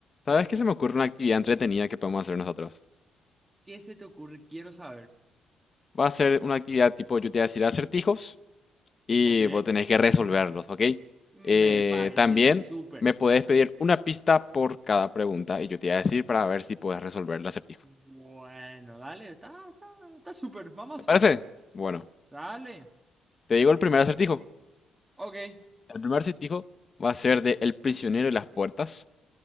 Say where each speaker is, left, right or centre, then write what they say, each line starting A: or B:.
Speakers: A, on the left; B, on the right.
A: ¿Sabes qué se me ocurre una actividad entretenida que podemos hacer nosotros?
B: ¿Qué se te ocurre? Quiero saber.
A: Va a ser una actividad tipo, yo te voy a decir acertijos y
B: ¿Ok?
A: vos tenés que resolverlos, ¿ok?
B: Me
A: Eh,
B: parece
A: también
B: súper.
A: me podés pedir una pista por cada pregunta y yo te voy a decir para ver si puedes resolver el acertijo.
B: Bueno, dale, está, está, está súper. Vamos a
A: ¿Te
B: hacer.
A: parece? Bueno,
B: Dale.
A: te digo el primer acertijo.
B: Ok,
A: El primer acertijo va a ser de El prisionero y las puertas.